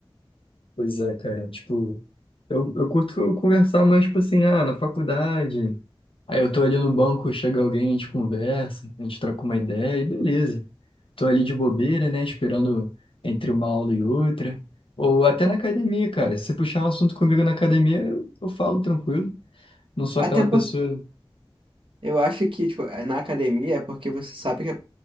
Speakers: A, on the left; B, on the right.
A: Pois é, cara. Tipo, eu, eu curto conversar mais, tipo assim, ah, na faculdade. Aí eu tô ali no banco, chega alguém, a gente conversa, a gente troca uma ideia e beleza. Tô ali de bobeira, né? Esperando entre uma aula e outra. Ou até na academia, cara. Se puxar um assunto comigo na academia, eu, eu falo tranquilo. Não sou
B: Até
A: aquela pessoa.
B: Eu acho que, tipo, é- na academia é porque você sabe que a